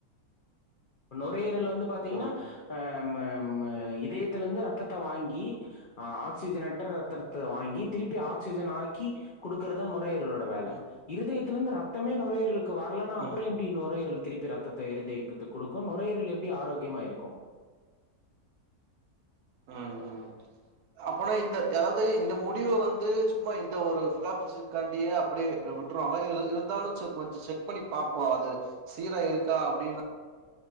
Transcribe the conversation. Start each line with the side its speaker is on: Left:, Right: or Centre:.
Left: பேர்ல வந்து பார்த்தீங்கன்னா
Right: ஓகே ஓகே
Left: அ ம் எ ம் ம் எ இரு இருந்து ரத்தத்த வாங்கி அ ஆக்சிஜன்ற்ற ரத்தத்த வாங்கி திருப்பி ஆக்சிஜன் ஆக்கி கொடுக்கறத மட் இருடோ வேல
Right: ம்
Left: இருதயத்தில இருந்து ரத்தமே நொ <unintelligible> க்கு வர்லன்னா அப்புற
Right: ம்
Left: எப்டி நுரையீரல் திருப்பி ரத்தத்த இருதயத்துக்கு குடு க்கு நுரையீரல் எப்படி ஆரோக்கியமா இருக்கு
Right: உஹம் அப்பனா இந்த எதாவது இந்த முடிவ வந்து சும்மா இந்த ஒரு பிலாப்காண்டியே அப்படியே விட்டுருவாங்கலா இருந்தாலு செக் பண்ணி செக் பண்ணி பாப்போ அது சீரா இருக்கா அப்படின்னு